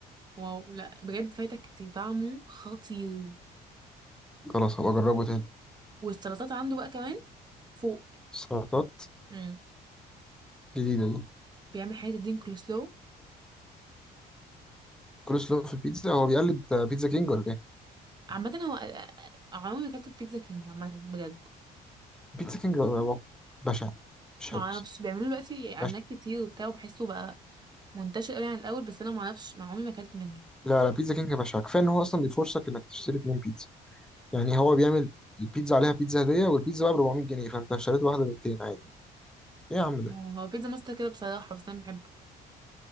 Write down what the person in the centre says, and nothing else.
خلاص هبقى اجربه تاني
سلطات
جديده دي
كول سلو في البيتزا هو بيقلد بيتزا كينج ولا ايه
بيتزا كينج هو بشع مش
حلو
بس
بشع
لا لا بيتزا كينج بشع كفايه ان هو اصلا بيفرصك انك تشتري اتنين بيتزا يعني هو بيعمل البيتزا عليها بيتزا هدية والبيتزا بقى ب 400 جنيه فأنت اشتريت واحدة ب 200 عادي إيه يا عم ده؟